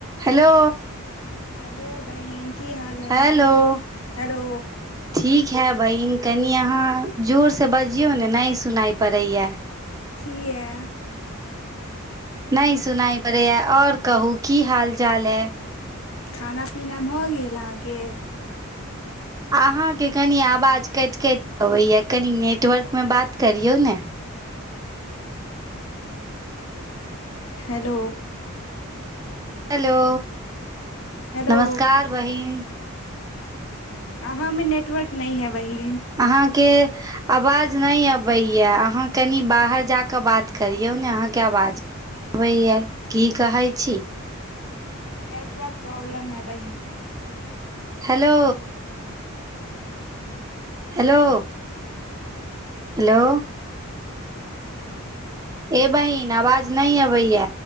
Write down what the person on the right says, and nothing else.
हेलो।
हेलो।
ठीक है, बहिन कनि अहाँ जोरसँ बजियौ ने नहि सुनाइ पड़ैए।
नहि सुनाइ पड़ैए, आओर कहू की हाल चाल यै।
अहाँकेँ कनि आवाज काटि काटि अबैए कनि नेटवर्कमे बात करियौ ने।
हेलो,
नमस्कार बहिन।
अहाँकेँ। आवाज नहि अबैए, अहाँ कनि बाहर जा कऽ बात करियौ ने अहाँकेँ आवाज। अबैया, की कहैत छै।
हेलो। Hello, hello. ए बहिन आवाज नहि अबैय।